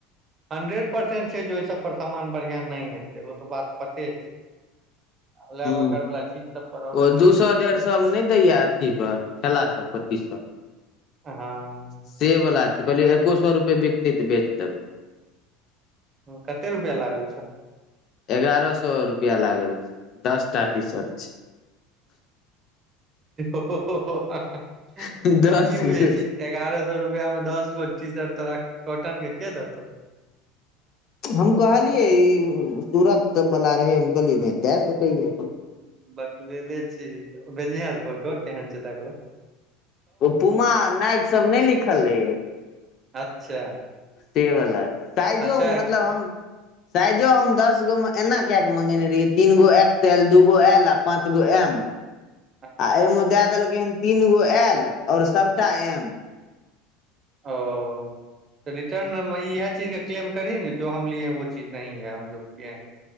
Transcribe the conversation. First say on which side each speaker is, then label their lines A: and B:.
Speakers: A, on the right (about 25°); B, on the left (about 40°).
A: हंड्रेड परसेंट छै जे ओहि सब पर सामान बढ़िआं नहि हेतै ओ तऽ बात पते छै <inaudible>
B: ह
A: बकर वाला चीज सब पर ऑर्डर
B: ओ दू
A: करबी
B: सए
A: किया
B: डेढ़ सए
A: ने
B: मे नहि दैया अथी पर खठेलासभ पर टी शट
A: हँ
B: से वला छै कहलियै एको सए रुपे बिकतै तऽ बेच देबै
A: कते रुपआ लागल
B: एगारह सए रुपआ लागल छै दस
A: बुझैया
B: टा टीशर्ट छै
A: ओ तऽ
B: छै दस
A: तू की बुझै
B: गो
A: छी एगारह सए रुपआ मे दस गो टी शर्ट तोरा कॉटन के देतौ
B: हम कहलियै ई सूरत सब वाला रहै हम कहलियै बहिं द देतै
A: बकलेले छी त बेेजिह फोटो केहन छै तकरो
B: ओ पुमा नायकसभ नहि लिखल रहैएा
A: अच्छा
B: से बला साइजो
A: अच्छा
B: मे मतलब हम साइजो हम दस गो मे एना क के मंगेने रहियै तीन गो एक्स एल दू गो एल आ पाँच गो एम
A: <inaudible>
B: आ एहिमे दए देलकै हन तीन गो एल आओर सभटा एम
A: ओ तऽ रिटर्न इह चीज के क्लेम करी ने जो हम लियेै वो चीज हम जो कियेए <inaudible>